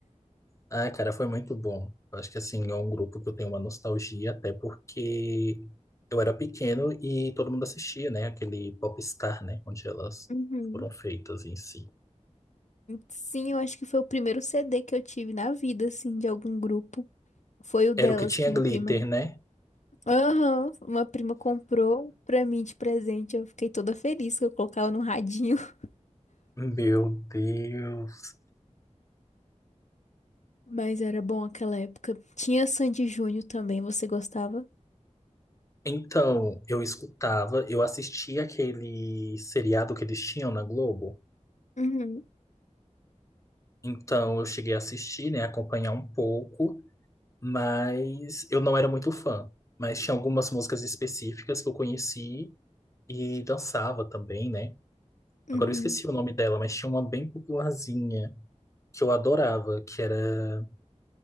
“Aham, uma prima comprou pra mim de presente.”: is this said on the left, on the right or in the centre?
Left